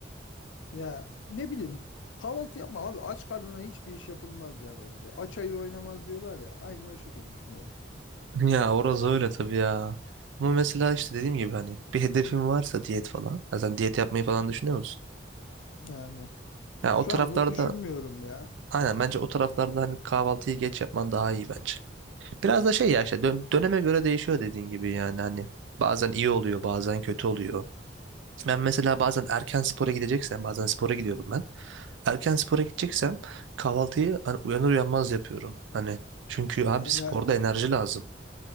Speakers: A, on the left; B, on the right.
A: Ya ne bileyim kahvaltı yapma abi aç karnına hiçbir iş yapılmaz ya bence. Aç ayı oynamaz diyorlar ya aynı o şekilde düşünüyorum.
B: <laughs> Ya orası öyle tabii ya. Ama mesela işte dediğim gibi hani bir hedefin varsa diyet falan. Zaten diyet yapmayı falan düşünüyor musun?
A: Yani
B: Ya
A: şu
B: o taraflarda
A: anlık düşünmüyorum ya.
B: aynen bence o taraflarda hani kahvaltıyı geç yapman daha iyi bence. Biraz da şey ya işte dön- döneme göre değişiyor dediğin gibi yani hani bazen iyi oluyor bazen kötü oluyor. Ben mesela bazen erken spora gideceksem bazen spora gidiyorum ben. Erken spora gideceksem kahvaltıyı hani uyanır uyanmaz yapıyorum. Hani çünkü abi
A: Ener
B: sporda enerji lazım.